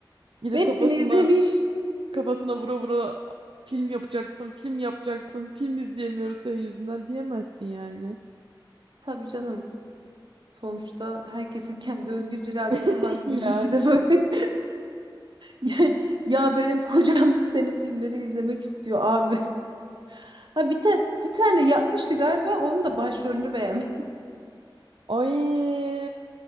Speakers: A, on the right; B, on the right.
A: Gidip
B: <laughs>
A: kafasına
B: Hepsini izlemiş.
A: Kafasına vura vura film yapacaksın, film yapacaksın, film izleyemiyoruz senin yüzünden diyemezsin yani.
B: Tabii canım. Sonuçta herkesin <laughs> kendi özgür iradesi
A: <laughs>
B: var.
A: Yani.
B: Bizimki de böyle. <laughs> Ya ya benim kocam <laughs> senin filmleri izlemek istiyor abi. <laughs> Ha bir tane bir tane yapmıştı galiba. Onun da başrolünü beğenmiş.
A: Ay,